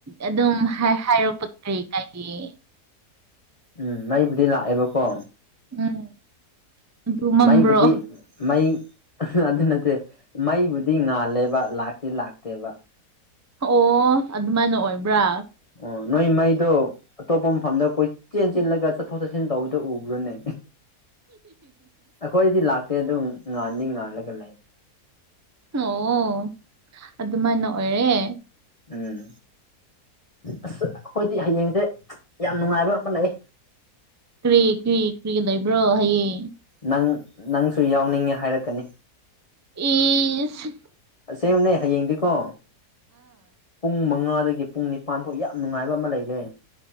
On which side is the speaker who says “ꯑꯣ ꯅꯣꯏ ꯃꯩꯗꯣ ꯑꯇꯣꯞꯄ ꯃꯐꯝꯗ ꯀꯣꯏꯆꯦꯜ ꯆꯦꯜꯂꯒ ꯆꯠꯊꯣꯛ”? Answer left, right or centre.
Left